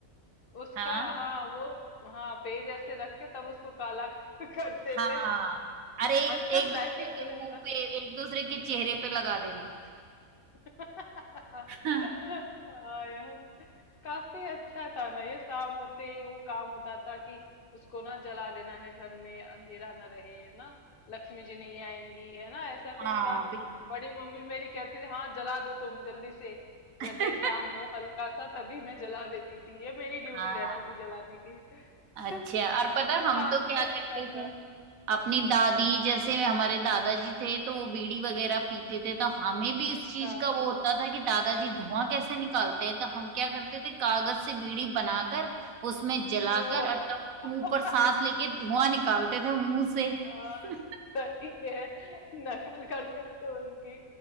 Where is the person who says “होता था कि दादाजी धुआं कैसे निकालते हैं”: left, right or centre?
Right